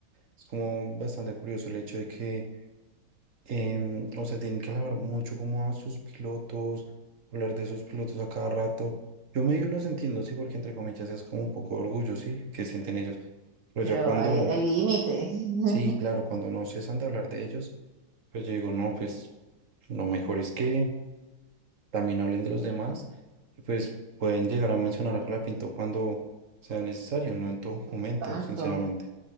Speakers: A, on the right; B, on the right.
A: es como bastante curioso el hecho de que, em, o sea, tienen que hablar mucho como a sus pilotos, hablar de sus pilotos a cada rato. Yo medio los entiendo, sí, porque entre comillas es como un poco de orgullo, sí, que sienten ellos. Pero
B: Pero
A: ya cuando,
B: hay, hay límite. <laughs>
A: sí, claro, cuando no cesan de hablar de ellos, pues yo digo, no, pues lo mejor es que también hablen de los demás y pues pueden llegar a mencionar a Colapinto cuando sea necesario, no en todo momento,
B: Exacto.
A: sinceramente.